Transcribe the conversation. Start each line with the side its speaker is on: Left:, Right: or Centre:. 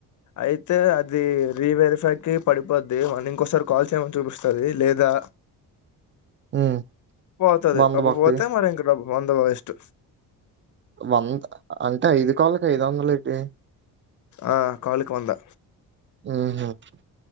Left: అయితే అది రీవరిఫైకిి పడిపోద్ది మళ ఇంకోసారి కాల్ చేయమని చూపిస్తది లేదా
Right: ఉమ్
Left: పోతది
Right: వంద
Left: అబు
Right: బొక్కయి
Left: పోతే మరి ఇంక డబ్బ వంద వేస్ట్
Right: వంద అంటే ఐదు కాళ్ళకి ఐదు వందలు ఏటీ
Left: ఆ కాలికి వందా
Right: ఉహు